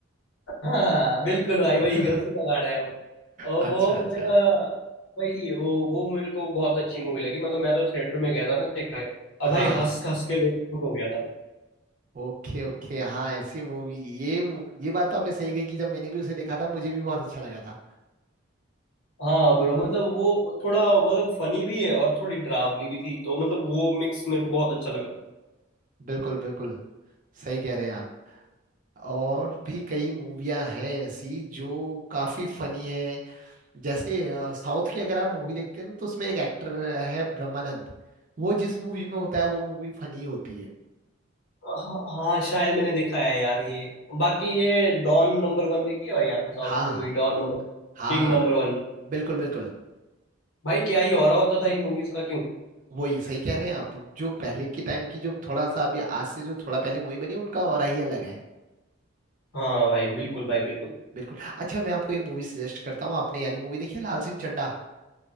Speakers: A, on the left (about 75°); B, on the right (about 40°).
A: <laughs> हाँ हाँ, हाँ, बिल्कुल भाई वही
B: <laughs>
A: गलती का गाना है वो और
B: अच्छा
A: वो
B: अच्छा
A: मेरा वही वो वो मेरे को बहुत अच्छी मूवी लगी मतलब मैं तो थिएटर में गया था ना देखने और भाई
B: हाँ हाँ
A: हंस हंस के लोट हो गया था मैं
B: ओके ओके हाँ ऐसी मूवी ये मू- ये बात तो आपने सही कही कि जब मैंने भी उसे देखा था मुझे भी बहुत अच्छा लगा था
A: हाँ ब्रो मतलब वो थोड़ा मतलब फनी भी है और थोड़ी डरावनी भी थी तो मतलब वो मिक्स मेरे को बहुत अच्छा लगा
B: बिल्कुल बिल्कुल सही कह रहे हैं आप और भी कई मूवियां हैं ऐसी जो काफी फनी हैं जैसे साउथ की अगर आप मूवी देखते हैं ना तो उसमें एक एक्टर है ब्रह्मानंद वो जिस मूवी में होता है वो मूवी फनी होती है
A: हाँ शायद मैंने देखा है यार ये बाकी ये डॉन नंबर वन देखी है भाई आपने साउथ
B: हाँ
A: की
B: हाँ
A: movie Don number
B: हाँ
A: king
B: हाँ
A: number one
B: बिल्कुल बिल्कुल
A: भाई क्या ही हो रहा होता था इन मूवीज का क्यों
B: वही सही कह रहे हैं आप जो पहले के टाइम की जो थोड़ा सा अभी आज से जो थोड़ा पहले मूवी बनी है उनका और ही अलग है
A: हाँ भाई बिल्कुल भाई बिल्कुल
B: बिल्कुल अच्छा मैं आपको एक मूवी सजेस्ट करता हूँ आपने ये वाली मूवी देखी है लाल सिंह चड्ढा